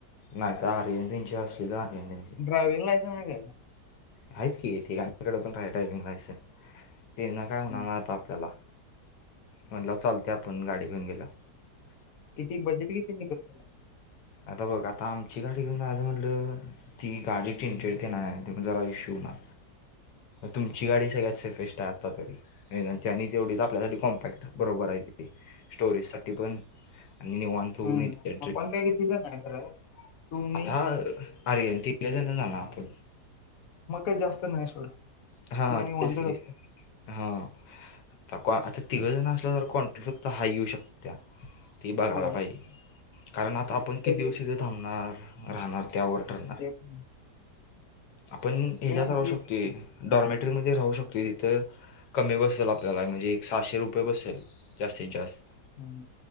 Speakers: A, on the left; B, on the left.
A: नाही तर आर्यन त्याची असली तर अर्यन त्येंची.
B: ड्रायव्हिंग लायसन हाय का हेज.
A: आहेत की <unintelligible> हाय ड्रायविंग लायसन तेना काय होणार
B: हम्म.
A: नाही आता आपल्याला. म्हटलं चालतय आपण गाडी घेऊन गेल्यावर
B: किती बजेट किती निघल खर
A: आता बघ आता आमची गाडी घेऊन जायचं म्हटलं ती गाडी चिंटेडतेन हाय तेण पण जरा इशू होणार. तुमची गाडी सगळ्यात सेफेस्ट आहे आत्ता तरी ना आणि तेवढीच आपल्यासाठी कॉम्पॅक्ट बरोबर आहे ती. स्टोरेजसाठी पण आणि निवांत. <unintelligible>
B: हम्म
A: एन्ट्री
B: आपण काय किती जण नाही खरं तू मी
A: आथा आहे तिथल्या जणा जा ना आपण -
B: म काय जास्त नाही सोड.
A: हा
B: मग
A: तेच
B: निवांतच
A: की.
B: असतो
A: हा आता आता तिघं जण असल्यावर क्वांटि फक्त हाय येऊ शकतो त्या ते बघायला
B: होय
A: पाहिजे कारण आता आपण किती
B: तरी
A: दिवशी थांबणार राहणार त्यावर ठरणार
B: <inaudible>
A: आपण ह्याच्यात
B: मी म्हणते
A: राहू शकतोय डॉर्मेटरीमध्ये राहू शकतोय तिथं. कमी बसल आपल्याला म्हणजे एक सहाशे रुपये बसल जास्तीत जास्त.
B: हम्